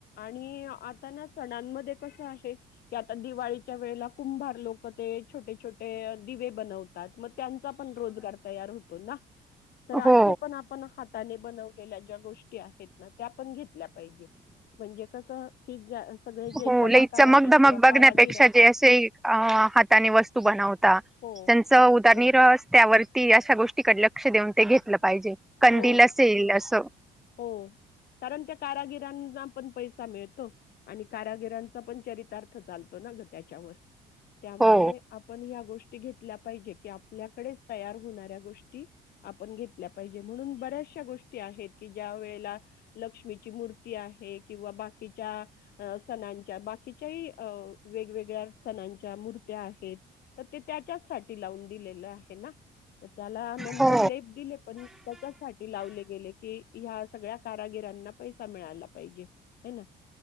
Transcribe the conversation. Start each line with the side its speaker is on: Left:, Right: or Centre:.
Left: की आता ना सणांमध्ये कसं आहे, की आता दिवाळीच्या वेळेला कुंभार लोक ते छोटे छोटे दिवे बनवतात मग त्यांचा पण रोजगार तयार होतो ना तर असे
Centre: हो
Left: पण आपण हाताने बनवलेल्या ज्या गोष्टी आहेत ना त्या सांगितल्या पाहिजे म्हणजे कसं की ज्या सगळे जे
Centre: हो
Left: कलाकार
Centre: लई चमक
Left: आहेत
Centre: धमक
Left: किंवा
Centre: बघण्यापेक्षा
Left: कारागीर आहेत
Centre: जे असे हाताने वस्तू बनवता
Left: हो,
Centre: त्यांचं उदानिरस
Left: हो,
Centre: त्यावर ती अशा गोष्टीकडे लक्ष देऊन ते घेतलं पाहिजे. कंदील
Left: हो
Centre: असेल असं
Left: हो कारण त्या कारागिर त्यांना पण पैसा मिळतो आणि कारागिरांचा पण चरितार्थ चालतो ना गं त्याच्यावर. त्यामुळे
Centre: हो
Left: आपण ह्या गोष्टी ते घेतल्या पाहिजे की आपल्याकडे तयार होणाऱ्या गोष्टी आपण घेतल्या पाहिजे म्हणून बऱ्याचश्या गोष्टी आहेत की ज्या वेळेला लक्ष्मीची मूर्ती आहे किंवा बाकीच्या सणांच्या बाकीच्याही वेगवेगळ्या सणांच्या मूर्त्या आहेत, तर ते त्याच्याच साठी लावून दिलेलं आहे ना. तर त्याला नंतर
Centre: हो
Left: लेप दिले. त्याच्याचसाठी लावले गेले की ह्या सगळ्या कारागीरांना पैसा मिळाला पाहिजे हाय ना.